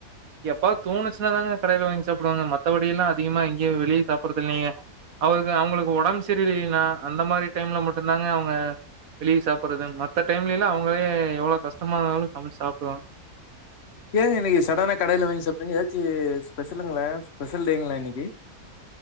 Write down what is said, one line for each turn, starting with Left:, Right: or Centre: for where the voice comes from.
Right: எப்பா தோணுச்சுன்னா தாங்க கடைல வாங்கி சாப்பிடுவாங்க மற்றபடிய எல்லாம் அதிகமா வெளியே சாப்பிடடுறது இல்லைங்க அவருக்கு அவங்களுக்கு உடம்பு சரியில்லைனா அந்த மாரி டைம்ல மட்டும்தாங்க அவங்க வெளியே சாப்பிடுறது மத்த டைம்ல இல்ல அவங்களே எவ்வளவு கஷ்டமா இருந்தாலும் சமை சாப்பிடுவாங்க
Left: ஏங்க இன்னைக்கு சடானா கடையில வாங்கி சாப்பறீங்க ஏதாச்சும் ஸ்பெஷலுங்களா ஸ்பெஷல் டேங்களா இன்னைக்கு